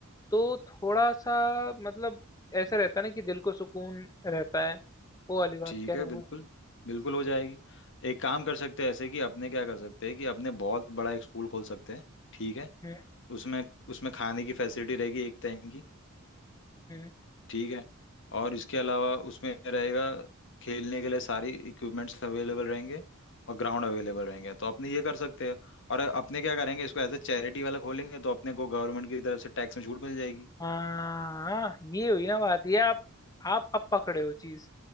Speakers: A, on the left; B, on the left.
A: तो थोड़ा सा मतलब ऐसा रहता है ना कि दिल को सुकून रहता है वो वाली बात
B: ठीक
A: कह
B: है
A: रहा हूँ
B: बिल्कुल
A: मैं
B: बिल्कुल हो जाएगी एक काम कर सकते हैं ऐसे कि अपने क्या कर सकते हैं कि अपने बहुत बड़ा एक स्कूल खोल सकते हैं ठीक है
A: हम्म
B: उसमें उसमें खाने की फैसिलिटी रहेगी एक टाइम की
A: हम्म
B: ठीक है और इसके अलावा उसमें रहेगा खेलने के लिए सारी इक्विपमेंट्स अवेलेबल रहेंगे और ग्राउंड अवेलेबल रहेंगे तो अपने ये कर सकते हैं और अपने क्या करेंगे इसको एज ए चैरिटी वाला खोलेंगे तो अपने को गवर्नमेंट की तरफ से टैक्स में छूट मिल जाएगी
A: हाँ ये हुई ना बात ये आप आप अब पकड़े हो चीज